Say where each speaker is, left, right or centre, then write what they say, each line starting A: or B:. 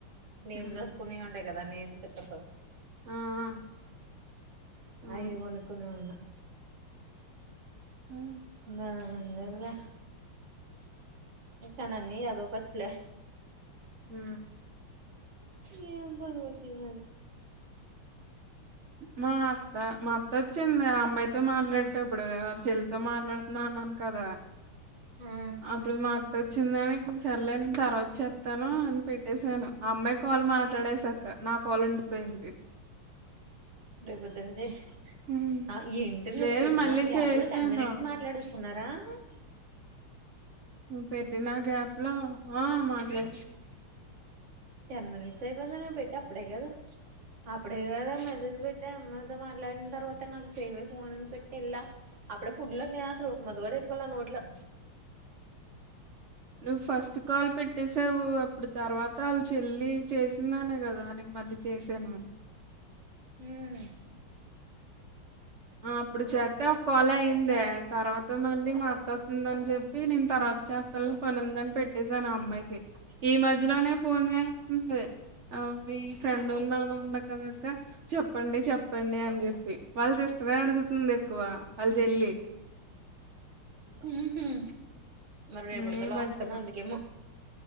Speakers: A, on the right; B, on the right.
A: నేమ్
B: హ్మ్.
A: డ్రస్కునే ఉండే కదా నేమ్ స్టికర్స్
B: ఆ ఆ అవును.
A: అయ్యే కొనుకున్న ఓన
B: హ్మ్.
A: మే ఉండన్లే ఇత్తానని అదోకాచ్లే
B: ఉ
A: ఏం బన్గుతినాలి
B: మా అత్త మా అత్త ఒచ్చింది. ఆ అమ్మాయితో మాట్లాటప్పుడు వాళ్ళ చెల్ల్ తో మాట్లాడ్ నానన్ కదా
A: ఉమ్
B: అప్పుడు మా అత్త వచ్చిందని సర్లే నేను తర్వాత చెతాను అని పెట్ పెట్టేసాను ఆ అమ్మాయి కాల్ మాట్లాడేసకా నా కాల్ ఉండిపోయింది.
A: రేపొద్దునుంచి
B: హ్మ్.
A: ఆ ఏంటి నీను
B: లేదు
A: పెట్టిన
B: మళ్ళీ
A: గ్యాప్
B: చేశాను.
A: లో టెన్ మినిట్స్ మాట్లాడెసున్నార్. డ
B: నువ్వు పెట్టినా గ్యాప్ లో ఆ మాట్లాడ్
A: టెన్ మినిట్స్ అయిపోయింద నేన్ పెట్టి అప్పుడే కదా అప్పుడే కదా మెసేజ్ పెట్టి అదే అమ్మతో మాట్లాడిన తర్వాత నాకు చెయ్యవే ఫోన్ని అని పెట్టి ఎల్లా అప్పుడే ఫుడ్లున్నయ్య అసల్ ఒక ముద్ద కూడా ఎట్టుకోలే నోట్లో
B: నువ్వు ఫస్ట్ కాల్ పెట్టేసావు. అప్పుడు తర్వాత ఆళ్ల చెల్లి చేసిందనే కదా నిక్ మళ్ళీ చే చేశాను
A: ఉమ్
B: ఆ అప్పుడు చేద్దాం కాల్ అయి యిందే తర్వాత మళ్ళీ మత్త ఒత్తుందని చెప్పి నేను తర్వాత చేతనలే పనుందని పెట్టేసాను. ఈ మధ్యలోనే ఫోన్ చేస్తుంది ఆ మీ ఫ్రెండ్ ఉన్నా ఉండ కదక్క చెప్పండి చెప్పండి అని చెప్పి వాళ్ళు జెస్ వే అడుగుతుంది ఎక్కువ వాళ్ల చెల్లి
A: ఉహు మరి రేపటితో
B: ఉమ్, ఈ
A: లాస్ట్
B: మధ్యలో
A: కదా అందుకేమో